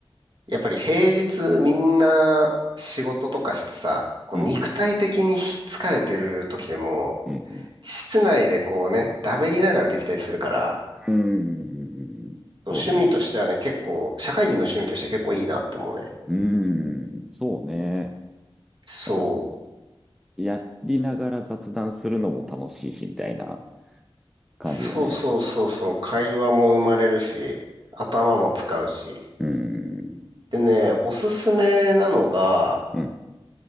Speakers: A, on the right; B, in the centre.
A: う、やっぱり平日みんな仕事とかしてさ、こう肉体的に疲れてる時でも、
B: うん、うん、うん、
A: 室内でこうね、だべりながらできたりするから、
B: うん、うん、うんうんうんそうね。
A: 趣味としてはね、結構、社会人の趣味として結構いいなって思うね。
B: うーん、そうね。
A: そう。
B: なんかその、やりながら雑談するのも楽しいし、みたいな感じよね。
A: そうそうそうそう。会話も生まれるし、頭も使うし。
B: うーん。
A: でね、おすすめなのが、
B: うん。